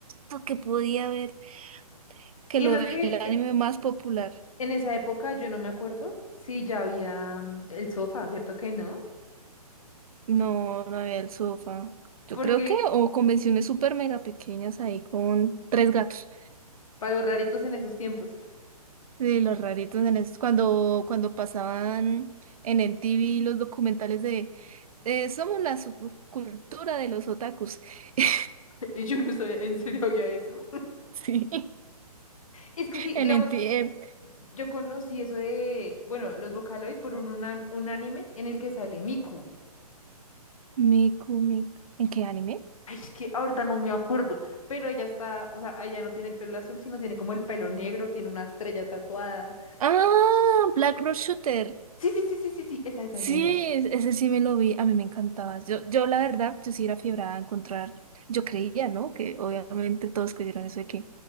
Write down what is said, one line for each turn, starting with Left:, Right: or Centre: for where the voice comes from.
Right: lo que podía ver que
Left: Y
Right: lo
Left: eso
Right: del
Left: que eh,
Right: anime más popular.
Left: en esa época yo no me acuerdo si ya había mm, el sofá, ¿cierto que no?
Right: No, no había el sofá. Yo
Left: Porque
Right: creo que, o convenciones súper mega pequeñas ahí con tres gatos.
Left: para los raritos en esos tiempos,
Right: Sí, los raritos en esos, cuando, cuando pasaban en MTV los documentales de eh, Somos la subcultura de los otakus. <laughs>
Left: <laughs> yo no sabía, en serio había eso.
Right: Sí,
Left: Es que sí,
Right: en
Left: digamos,
Right: MTV.
Left: yo conocí eso de, bueno, los Vocaloid por un, una- un anime en el que sale Miku.
Right: Miku, Miku. ¿En qué anime?
Left: Ay, es que ahorita no me acuerdo, pero ella está, o sea, ella no tiene el pelo azul, sino tiene como el pelo negro, tiene una estrella tatuada.
Right: Ah, Black Rose Shooter.
Left: Sí, sí, sí, sí, sí, sí, esa, esa,
Right: Sí,
Left: esa, esa.
Right: es- ese sí me lo vi. A mí me encantaba. Yo, yo la verdad, yo sí era fiebrada a encontrar. Yo creía, ¿no? Que obviamente todos creyeron eso de que